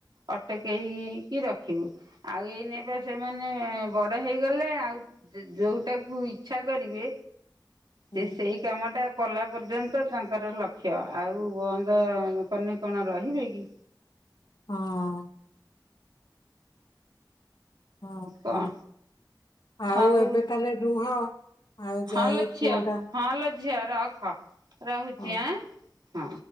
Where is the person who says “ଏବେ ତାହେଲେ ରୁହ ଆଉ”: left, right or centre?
Left